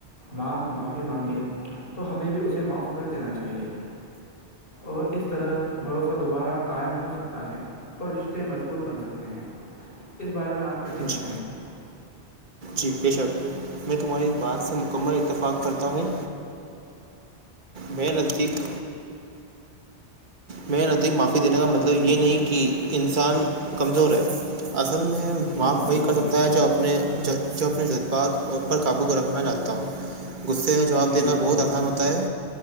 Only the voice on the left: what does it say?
معف معافی مانگے تو ہمیں بھی اسے معاف کر دینا چاہیے اور اس طرح بھروسہ دوبارہ قائم ہو سکتا ہے اور رشتے مضبوط بن سکتے ہیں اس بارے میں آپ کیا کہنا
چاہیں گے
جی
جی جی
جی
جی بالکل
بالکل
جی
بالکل
بالکل